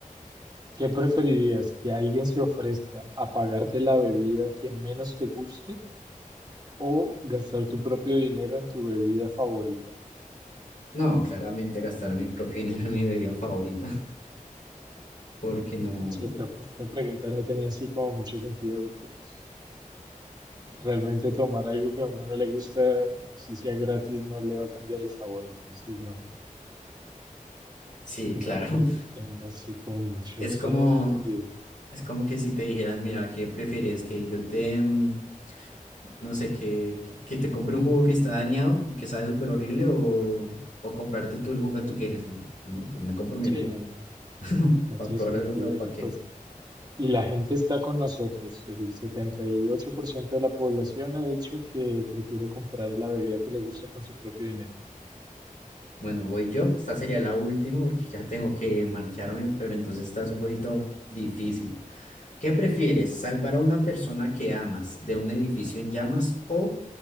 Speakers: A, on the right; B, on the left.
A: ¿Qué preferirías? ¿Que alguien se ofrezca a pagarte la bebida que menos te guste o gastar tu propio dinero en tu bebida favorita?
B: No, claramente gastar mi propio dinero en mi bebida favorita, <laughs> porque no,
A: Sí, esta, esta pregunta no tenía así como mucho sentido porque pues realmente tomar algo que a uno no le gusta, así sea gratis, no le va a cambiar el sabor. Entonces no,
B: sí, claro,
A: no creo que
B: <laughs>
A: tenga así como mucho
B: es
A: sentido.
B: como, es como que si te dijeran, mira, ¿qué prefieres? Que yo te... mm, no sé, que, que que te compre un jugo que está dañado y que sabe súper horrible o, o comprarte tú el jugo que tú quieres. No, No, pues me compro mi
A: Sí,
B: jugo
A: no,
B: <laughs>
A: no
B: para
A: tiene
B: probar
A: sentido.
B: algo feo, ¿para
A: Y
B: qué?
A: pues Y la gente está con nosotros. El 78% de la población ha dicho que prefiere comprar la bebida que le gusta con su propio dinero.
B: Bueno, voy yo. Esta sería la última porque ya tengo que marcharme, pero entonces esta es un poquito difícil. ¿Qué prefieres, salvar a una persona que amas de un edificio en llamas o